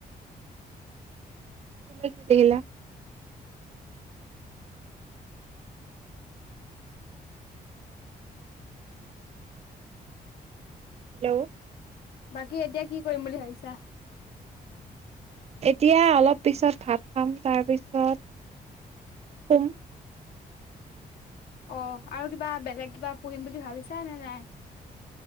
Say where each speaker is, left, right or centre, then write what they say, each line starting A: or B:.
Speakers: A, on the right; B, on the left.
A: তুমি কি লিখিলা? হেল্ল'।
B: বাকী এতিয়া কি কৰিম বুলি ভাবিছা?
A: এতিয়া অলপ পিছত ভাত খাম তাৰপিছত শুম।
B: অ', আৰু কিবা বেলেগ। কিবা পঢ়িম বুলি ভাবিছা নে নাই?